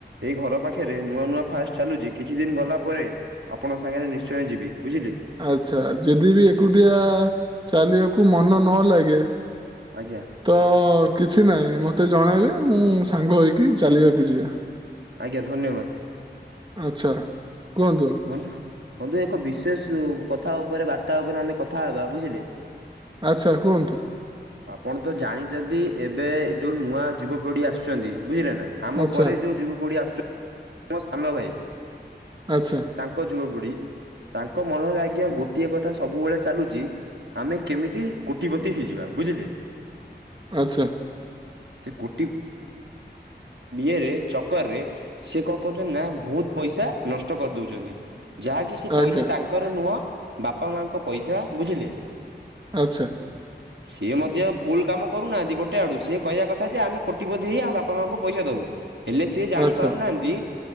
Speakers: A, on the right; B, on the right.
A: ଏଇ ଘର ପାଖରେ ନୂଆ ନୂଆ ଫାଷ୍ଟ ଚାଲୁଛି କିଛି ଦିନ ଗଲା ପରେ ଆପଣ ସାଙ୍ଗରେ ନିଶ୍ଚୟ ଯିବି। ବୁଝିଲେ
B: ଆଚ୍ଛା ଯଦି ବି ଏକୁଟିଆ ଚାଲିବାକୁ ମନ ନ ଲାଗେ
A: ଆଜ୍ଞା
B: ତ କିଛି ନାହିଁ ମତେ ଜଣାଇବେ ମୁଁ ସାଙ୍ଗ ହେଇକି ଚାଲିବାକୁ ଯିବା।
A: ଆଜ୍ଞା ଧନ୍ୟବାଦ।
B: ଆଚ୍ଛା କୁହନ୍ତୁ?
A: ବନ୍ଧୁ ବନ୍ଧୁ ଏକ ବିଶେଷ କଥା ଉପରେ ବାର୍ତ୍ତା ଉପରେ ଆମେ କଥା ହେବା ବୁଝିଲେ।
B: ଆଚ୍ଛା କୁହନ୍ତୁ?
A: ଆପଣ ତ ଜାଣିଛନ୍ତି ଏବେ ଯୋଉ ନୂଆ ଯୁବପିଢି ଆସୁଛନ୍ତି। ବୁଝିଲେ ନା ଆମ
B: ଆଚ୍ଛା
A: ପରେ ଯୋଉ ଯୁବ ପଢ଼ିଆସୁ ଆ ମୋ ସାନ ଭାଇ
B: ଆଚ୍ଛା
A: ତାଙ୍କ ଯୁବପିଢୀ ତାଙ୍କ ମନରେ ଆଜ୍ଞା ଗୋଟିଏ କଥା ସବୁବେଳେ ଚାଲୁଛି ଆମେ କେମିତି କୋଟିପତି ହେଇଯିବା ବୁଝିଲେ
B: ଆଚ୍ଛା।
A: ସେ କୋଟି ଏରେ ଚକରରେ ସେ କଣ କହୁଛନ୍ତି ନା ବହୁତ ପଇସା ନଷ୍ଟ କରି ଦୋଉଛନ୍ତି। ଯାହାକି ସେ
B: ଆଜ୍ଞା।
A: ପଇସା ତାଙ୍କର ନୁହଁ ବାପା ମାଙ୍କ ପଇସା ବୁଝିଲେ-
B: ଆଚ୍ଛା।
A: ସିଏ ମଧ୍ୟ ଭୁଲ କାମ କରୁନାହାନ୍ତି ଗୋଟେ ଆଡୁ ସିଏ କହିବା କଥା ଯେ ଆମେ କୋଟିପତି ହେଇ ଆମ ବାପା ମାଙ୍କୁ <unintelligible> ପଇସା ଦବୁ ହେଲେ ସିଏ ଜାଣି
B: ଆଚ୍ଛା
A: ପାରୁନାହାନ୍ତି।